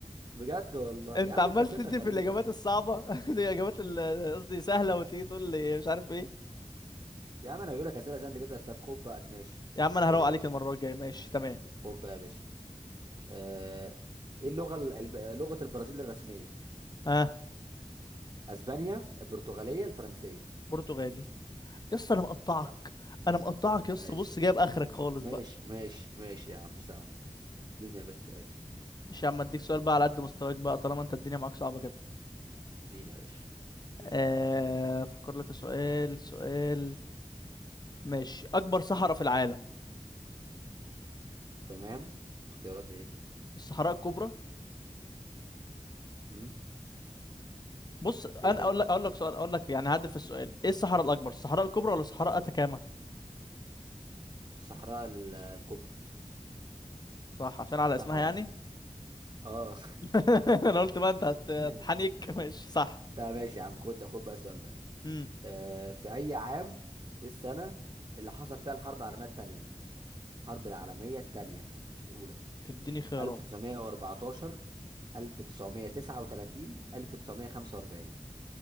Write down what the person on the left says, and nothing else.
انت
عمال
تدي
في الاجابات الصعبه <laughs> دي اجابات ال- قصدي سهله وتيجي تقول لي مش عارف ايه
يا عم انا
هروق
عليك
المره الجايه ماشي تمام
ها
برتغالي يا اسطى انا مقطعك
انا مقطعك يا اسطى
بص جايب اخرك خالص
بقى
مش يا عم اديك سؤال بقى على قد مستواك بقى طالما انت الدنيا معاك صعبه كده
آه افكر لك في سؤال سؤال ماشي اكبر صحراء في العالم
الصحراء الكبرى
بص انا
اقول لك اقول لك سؤال اقول لك يعني هعدل في السؤال ايه الصحراء الاكبر الصحراء الكبرى ولا صحراء اتاكاما
صح عشان على
اسمها
يعني
<laughs> انا قلت بقى انت هت- هتحنك
<laughs> ماشي صح
امم
اديني خيارات